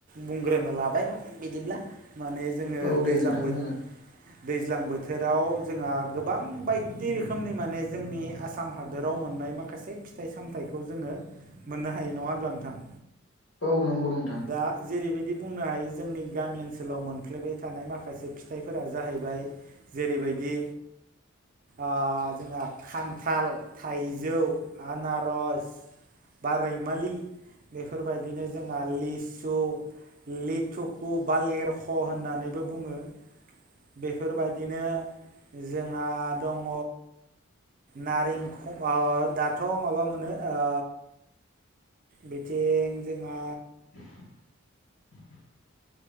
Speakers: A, on the right; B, on the left.
A: बुंग्रोनो लाबाय बिदिब्ला माने जोङो
B: औ
A: दैज्लांबो
B: दे नोंथां बुंनो
A: दैज्लां बोथोराव जोंहा गोबां बायदि रोखोमनि माने जोंनि आसाम हादोराव मोननाय माखासे खासे फिथाइ सामथायाइखौ जोङो मोननो हायो नङा होनब्ला नोंथां?
B: औ नंगौ <unintelligible>
A: दा जेरैबायदि बुंनो हायो जोंनि गामि ओनसोलाव मोनफ्लेबाय थानाय माखासे फिथाइफोरा जाहैबाय जेरैबायदि आ जोंहा खान्थाल थाइजौ आनारस बा रैमालि बेफोरबाय बिदिनो जोंहा लिसु लिथुखु बा लेरख' होननानैबो बुङो। बेफोरबायदिनो जोंहा दङ। नारेंख ओ दाथ' माबा मोनो ओ बिथिं जोंहा
B: <inaudible>